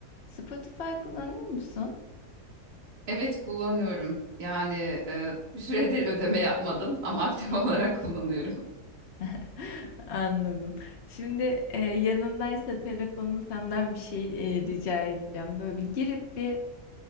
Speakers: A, on the left; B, on the right.
A: Spotify kullanıyor musun?
B: Evet kullanıyorum. Yani e, bir süredir <laughs> ödeme yapmadım ama aktif
A: Hı
B: <laughs> olarak
A: hı.
B: kullanıyorum.
A: <laughs> Anladım. Şimdi, eee, yanındaysa telefonun senden bir şey, eee, rica edeceğim. Böyle bir girip bir